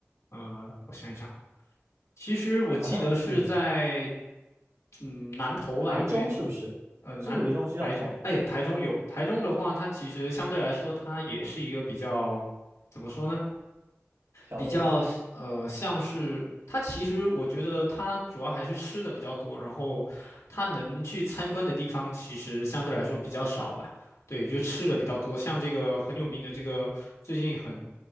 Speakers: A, on the left (about 75°); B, on the right (about 80°).
A: 呃，我想一想，其实我记得是在
B: 好像嗯，
A: 嗯南投吧，
B: 台中是不是？
A: 对，呃南台中，
B: 是不是有个东西叫台
A: 哎，台中有台中的话，它其实相对来说它也是一个比较。怎么说呢？
B: 小的城市？
A: 比较呃像是它其实我觉得它主要还是吃的比较多，然后它能去参观的地方其实相对来说比较少吧。对，就吃的比较多，像这个很有名的这个最近很